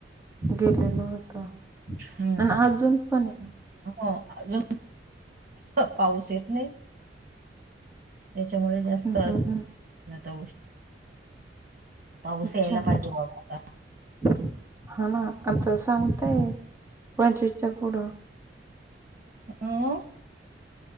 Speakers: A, on the right; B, on the right.
A: गेलेलो होतो <inaudible>
B: हम्म
A: आणि अजून पण आहे न.
B: हो अजून पाऊस <inaudible> येत नाही. त्याच्यामुळे जास्त
A: हम्म
B: उष्णता
A: हम्म हम्म
B: होऊ शकते. पाऊस
A: अच्छा
B: यायला पाहिजे बाबा -आता.
A: <inaudible> हा ना आता सांगताय पंचवीसच्या पुढं.
B: हं.....